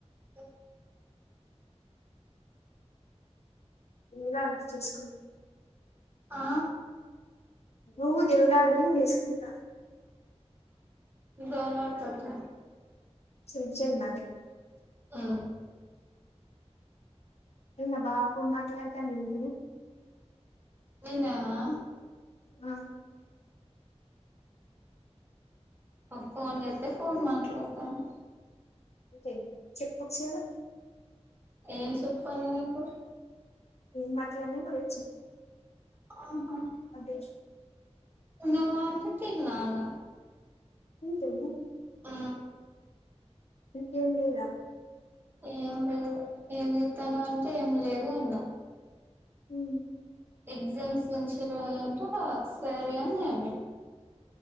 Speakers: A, on the right (about 20°); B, on the left (about 65°).
A: ఓ
B: వున్నారు చేసుకుంట
A: ఆ
B: నువ్వు దేవులాడు నీను చేసుకుంటా
A: దేవులాడుత
B: <inaudible>
A: ఆ
B: నిన్న బాగా ఫోన్ మాట్లాడతా ఉంది
A: నిన్నానా
B: ఆ
A: ఫోన్ చేస్తతే ఫోన్ మాట్లాడతాను.
B: ఓకే చెప్పు వచ్చదా
A: ఏం చెప్పాలి నాకు
B: ఏం మట్లావో అదే చప్పు
A: ఆహా
B: అదే
A: తిన్నావా అంటే తిన్నావా అన్న
B: ఏం తెలవదా
A: ఆ
B: ఇంకేం లేదా
A: ఏం లేదు ఏం చేస్తాను అంటే ఏం లేదు అన్నా
B: హూ
A: ఎగ్జామ్స్ నుంచింటే ఆ సరే అనిను